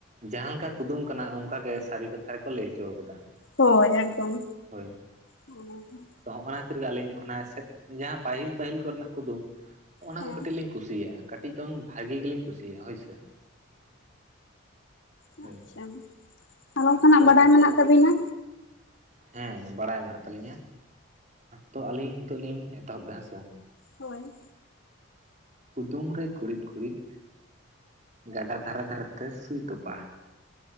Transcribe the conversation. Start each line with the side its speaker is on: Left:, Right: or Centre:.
Right: ᱡᱟᱦᱟᱸᱮ ᱞᱮᱠᱟ ᱠᱩᱫᱩᱢ ᱠᱟᱱᱟ ᱚᱱᱠᱟᱜᱮ ᱥᱟᱹᱨᱤ ᱠᱟᱛᱷᱟ ᱨᱮᱠᱚ ᱞᱟᱹᱭ ᱦᱚᱪᱚ ᱟᱠᱟᱫᱟ᱾
Left: ᱦᱳᱭ ᱮᱠᱫᱚᱢ
Right: ᱦᱳᱭ
Left: <unintelligible>
Right: ᱛᱚ ᱦᱚᱸᱜᱼ ᱚᱱᱟ ᱠᱷᱟᱹᱛᱤᱨ ᱜᱮ ᱟᱹᱞᱤᱧ ᱚᱱᱟ <unintelligible> ᱡᱟᱦᱟᱸ ᱯᱟᱹᱦᱤᱞ ᱯᱟᱹᱦᱤᱞ ᱠᱚᱨᱮᱱᱟᱜ ᱠᱩᱫᱩᱢ ᱚᱱᱟ
Left: ᱦᱮᱸ
Right: ᱠᱚ ᱠᱟᱹᱴᱤᱡ ᱞᱤᱧ ᱠᱩᱥᱤᱭᱟᱜᱼᱟ ᱠᱟᱹᱴᱤᱡ ᱫᱚᱝ ᱵᱷᱟᱜᱤ ᱜᱮᱞᱤᱧ ᱠᱩᱥᱤᱭᱟᱜᱼᱟ ᱦᱳᱭᱥᱮ᱾
Left: ᱦᱮᱸ
Right: ᱦᱳᱭ
Left: ᱟᱪᱪᱷᱟ ᱟᱨ ᱚᱱᱠᱟᱱᱟᱜ
Right: ᱛᱚ
Left: ᱵᱟᱰᱟᱭ ᱢᱮᱱᱟᱜ ᱛᱟᱵᱤᱱᱟ?
Right: ᱦᱮᱸ ᱵᱟᱲᱟᱭ ᱢᱮᱱᱟᱜ ᱛᱟᱹᱟᱞᱤᱧᱟ ᱛᱚ ᱟᱹᱞᱤᱧ ᱱᱤᱛᱚᱜ ᱞᱤᱧ ᱮᱛᱚᱦᱚᱵ ᱮᱫᱟ ᱦᱮᱸ ᱥᱮ
Left: ᱦᱳᱭ
Right: ᱠᱩᱫᱩᱢ ᱨᱮ ᱠᱩᱲᱤᱫ ᱠᱩᱲᱤᱫ ᱜᱟᱰᱟ ᱫᱷᱟᱨᱮ ᱫᱷᱟᱨᱮ ᱛᱮ ᱥᱩᱭ ᱛᱚᱯᱟ?